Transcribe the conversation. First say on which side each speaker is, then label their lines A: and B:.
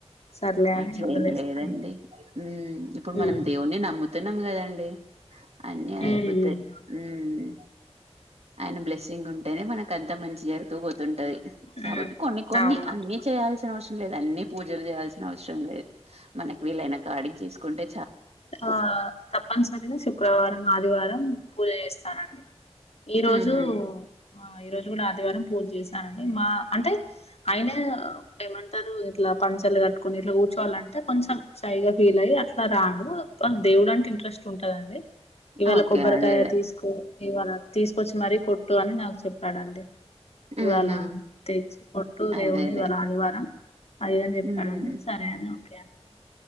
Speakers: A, on the left; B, on the right.
A: సర్లే అని
B: అట్లేం
A: వదిలేస్తానండి.
B: లేదండి. హ్మ్ ఇప్పుడు
A: ఉమ్
B: మనం దేవున్ని నమ్ముతు న్నం గదండి అన్నీ అదే
A: ఉమ్
B: అయిపోతయి మ్మ్ ఆయన బ్లెస్సింగ్ ఉంటేనే మనకు అంతా మంచి జరుగుతూ పోతుంటది. కాబట్టి
A: ఉమ్
B: కొన్ని కొన్ని
A: అవును
B: అన్నీ చేయాల్సిన అవస లేదు అన్నీ పూజలు చేయాల్సిన అవసరం లేద్ మనకి వీలైన కాడికి చేసు కుంటే
A: ఆ తప్పనిసరిగా శుక్రవారం ఆదివారం పూజ చేస్తానండి ఈ రోజు
B: ఉహు
A: ఆ ఈ రోజు కూడా ఆదివారం పూజ చేశానండి మా అంటే ఆయిన ఏమంటారు ఇట్లా పంచలు కట్టుకుని ఇట్లా కూర్చోవాలంటే కొంచెం షై గా ఫీల్ అయి అట్లా రాడు. దేవుడు అంటే ఇంట్రెస్ట్ ఉంటదండి. ఇవాళ
B: ఓకే
A: కొబ్బరికాయ
B: అదే అదే
A: తీసుకో ఇవాళ తీసు కొచ్చి మరీ కొట్టు అని నాకు చెప్పాడండి. ఇవాళ
B: ఉహు
A: తెచ్చి కొట్టు దేవుణ్ణి
B: అదే అదే
A: ఇవాళ ఆదివారం అదీదని చెప్పాడండి
B: ఉమ్
A: సరే అని కే అన్నానండి